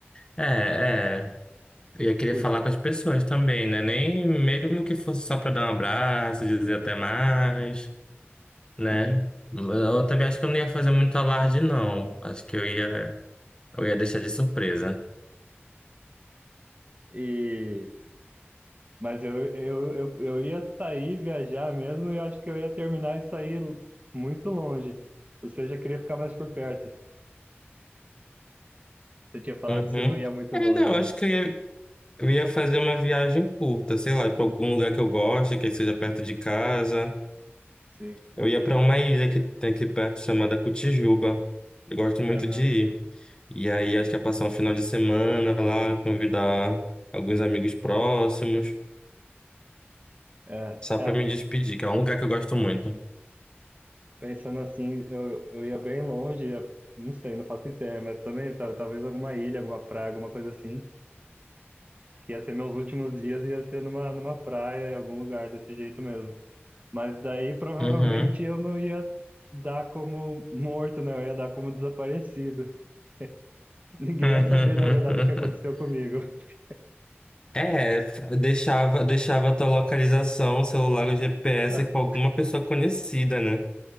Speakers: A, on the left (about 20°); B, on the right (about 35°).
A: É, é. E Eu queria
B: por
A: falar com as pessoas também, né? Nem mesmo que fosse só pra dar um abraço, dizer até mais, né?
B: sim.
A: Eu também acho que eu não ia fazer muito alarde, não. Acho que eu ia, eu ia deixar de surpresa.
B: E, mas eu, eu, eu, eu ia sair, viajar mesmo, e eu acho que eu ia terminar e sair muito longe. Ou seja, eu queria ficar mais por perto. Você tinha falado
A: Uhum.
B: que você não ia muito
A: É,
B: longe,
A: não, eu
B: é.
A: acho que eu ia, eu ia fazer uma viagem curta, sei lá, pra algum lugar que eu goste, que seja perto de casa.
B: Sim,
A: Eu ia para uma ilha que tem aqui perto chamada Cotijuba. Eu gosto muito
B: é mesmo.
A: de ir. E aí acho que ia passar um final de semana lá, convidar alguns amigos próximos,
B: É,
A: só
B: é,
A: para me despedir, que é um lugar que eu gosto muito.
B: pensando assim, eu, eu ia bem longe, ia, não sei, não faço ideia, mas também tal- talvez alguma ilha, alguma praia, alguma coisa assim. que ia ser meus últimos dias, ia ser numa, numa praia, em algum lugar desse jeito mesmo. Mas daí provavelmente
A: Uhum.
B: eu não ia dar como morto, né? Eu ia dar como desaparecido. <laughs> Ninguém
A: <laughs>
B: ia saber, na verdade, o que aconteceu comigo. <laughs>
A: É, deixava, deixava a tua localização, celular ou GPS
B: Ah.
A: com alguma pessoa conhecida, né?